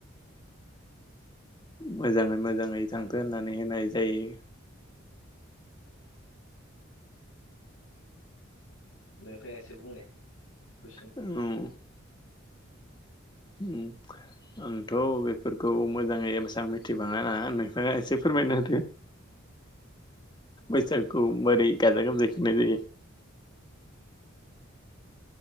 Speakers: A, on the left (about 20°); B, on the left (about 75°).
A: मोजाङै मोजाङै थांगोन होननानै होनाय जायो।
B: नोंथाङा एसे बुंनाय। कुइसन
A: उम। <inaudible> आंथ' बेफोरखौ मोजाङै एसेबां मिथि बाङा ना नोंथाङा एसे फोरमायना होदो बैसागुखौ बोरै गाजा गोमजायै खुंनाय जायो?